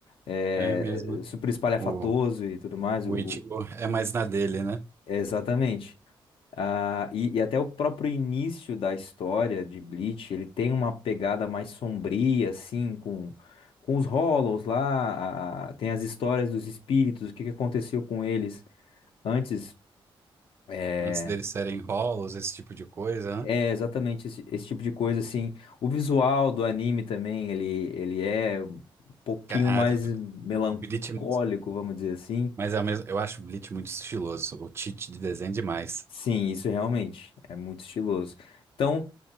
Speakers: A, on the left; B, on the right.
A: é,
B: É mesmo, né?
A: super espalhafatoso
B: O,
A: e tudo mais.
B: o
A: O- o-
B: Ichigo é mais na dele, né?
A: exatamente. Ah, e, e até o próprio início da história de Bleach, ele tem uma pegada mais sombria, assim, com, com os Hollows lá, a- a- tem as histórias dos espíritos, o que que aconteceu com eles antes. é,
B: Antes deles serem rolos, esse tipo de coisa,
A: É
B: né?
A: exatamente esse, esse tipo de coisa assim. O visual do anime também, ele, ele é um pouquinho
B: Ca- Ah,
A: mais melancólico,
B: Bleach é muito...
A: vamos dizer assim.
B: Mas é o mesmo... eu acho o Bleach muito estiloso. O Tite de desenho é demais.
A: Sim, isso realmente é muito estiloso. Então,